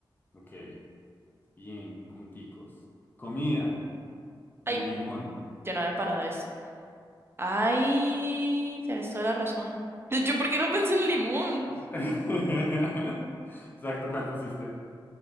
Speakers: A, on the left; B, on the right.
A: Ok. Bien, punticos. Comida.
B: Ay,
A: Limón.
B: yo no había parado esto. Ay, tienes toda la razón. Yo, ¿por qué no pensé en el limón?
A: <laughs> Exacto, ¿cuál pusiste?